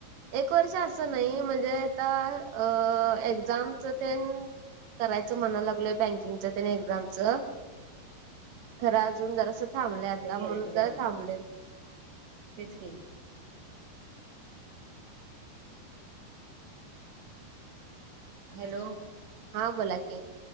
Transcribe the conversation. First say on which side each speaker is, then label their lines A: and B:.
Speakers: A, on the right; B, on the right.
A: एक वर्ष असं नाही म्हणजे आता अ एक्झामच तेन. करायचं म्हणाला लागलोय बँकिंगच त्या एक्झामचं. खरं अजून जरा अस थांबलं आता
B: ते गेल्या
A: म्हणून
B: की द्यायला
A: जरा थांबलेय.
B: तेच की. हॅलो.
A: हा बोला की